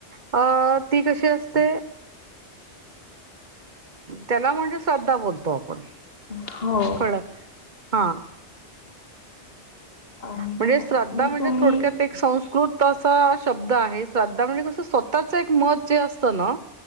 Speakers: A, on the right (about 45°); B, on the left (about 55°).
A: अ ती कशी असते? त्याला म्हणजे श्रद्धा बोलतो आपण
B: हो.
A: कळलं का? हां.
B: आणि
A: म्हणजे
B: मग
A: श्रद्धा
B: मग
A: म्हणजे
B: तुम्ही
A: थोडक्यात एक संस्कृत असा शब्द आहे. श्रद्धा म्हणजे कसं स्वतःच एक मत जे असतं ना